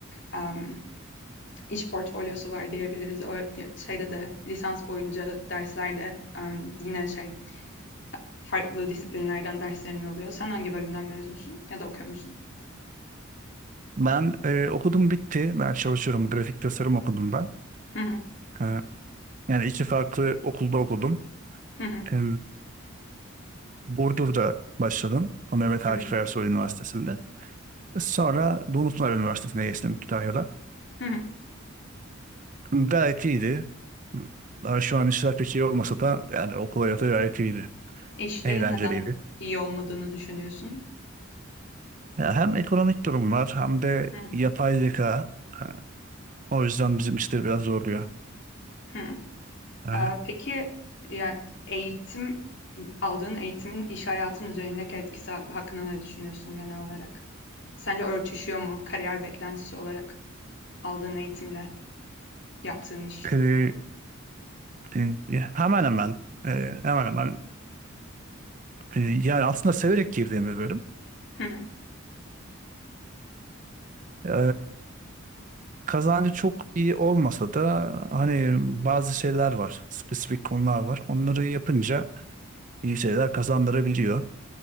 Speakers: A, on the left (about 60°); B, on the right (about 40°).
A: Em, iş portfolyosu var diyebiliriz. O şeyde de lisans boyunca derslerde em, yine şey farklı disiplinlerden derslerin oluyor. Sen hangi bölümden mezunsun ya da okuyor musun?
B: Ben e, okudum bitti. Ben çalışıyorum. Grafik tasarım okudum ben.
A: Hı hı,
B: E, yani iki farklı okulda okudum.
A: hı hı,
B: E, Burdur'da başladım. Mehmet
A: hı
B: Akif
A: hı,
B: Ersoy Üniversitesi'nde. Sonra Dumlupınar Üniversitesi'ne geçtim Kütahya'da.
A: hı
B: Gayet iyiydi. Ben Şu an işler pek iyi olmasa da yani okul hayatı gayet iyiydi.
A: İşlerin
B: Eğlenceliydi.
A: neden iyi olmadığını düşünüyorsun?
B: Ya hem ekonomik durum var hem de
A: Hı hı,
B: yapay zeka. Ha, O yüzden bizim işleri biraz zorluyor.
A: hı.
B: Ha,
A: Ee, Peki ya eğitim aldığın eğitimin iş hayatın üzerindeki etkisi hakkında ne düşünüyorsun genel olarak? Sence örtüşüyor mu kariyer beklentisi olarak aldığın eğitimle yaptığın iş?
B: e, e, hemen hemen e, hemen hemen e, yani aslında severek girdiğim bir bölüm.
A: hı,
B: E, kazancı çok iyi olmasa da hani
A: hı
B: bazı şeyler var. Spesifik konular var. Onları yapınca iyi şeyler kazandırabiliyor.